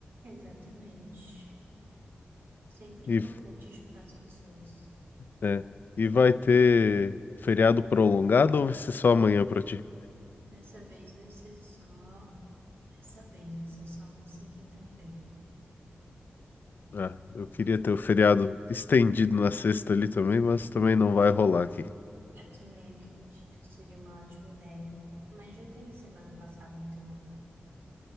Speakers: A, on the right; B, on the left.
A: Exatamente. Sempre
B: e
A: importante juntar as pessoas.
B: é, e vai ter feriado prolongado ou vai ser só amanhã para ti?
A: Dessa vez vai ser só. Essa vez vai ser só nessa quinta-feira.
B: Ah, eu queria ter o feriado estendido na sexta ali também, mas também não vai rolar aqui.
A: Eu também acredito que seria uma ótima ideia. Mas já teve semana passada, então